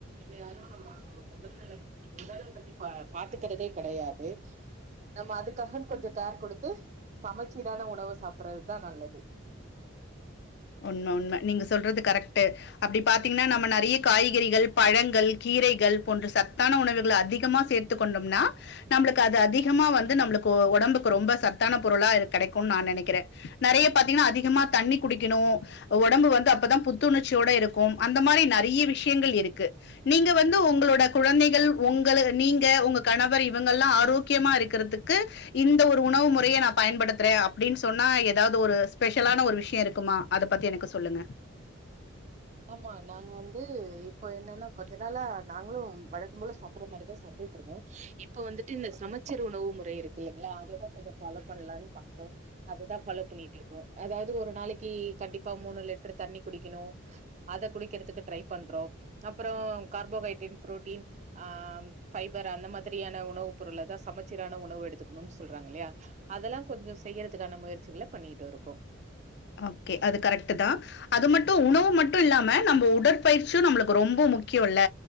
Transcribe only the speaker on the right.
யாரும் நம்ம உடல் உடலை பத்தி பா பாத்துக்கிறதே கிடையாது நம்ம அதுக்காகன்ன கொஞ்சம் கேர் கொடுத்து சமைச்சீரான உணவு சாப்பறதுதான் நல்லது
ஆமா நாங்க வந்து இப்போ என்னன்னா கொஞ்ச நாள நாங்களும் வழக்க போல சாப்படுற மாரிதான் சாப்பிட்டு இருந்தோம் இப்ப வந்துட்டு இந்த சமைச்சீர் உணவு முறை இருக்கு இல்லைங்களா அததான் கொஞ்சம் ஃபாலோ பண்ணலாம்னு பாக்குறோம் அததான் பஃபாலோ பண்ணிட்டு இருக்கோம் அதாவது ஒரு நாளைக்கு கண்டிப்பா மூணு லிட்டர் தண்ணி குடிக்கணும் அத குடிக்கிறதுக்கு ட்ரை பண்றோம் அப்புறம் கார்போஹைட்ரேட் ப்ரோட்டீன் ஆஹ் பஃபைபர் அந்த மாதிரியான உணவு பொருளதான் சமைச்சீரான உணவு எடுத்துக்கணும்னு சொல்றாங்க இல்லையா அதெல்லாம் கொஞ்சம் செய்யறதுக்கான முயற்சிகள பண்ணிட்டு இருக்கும்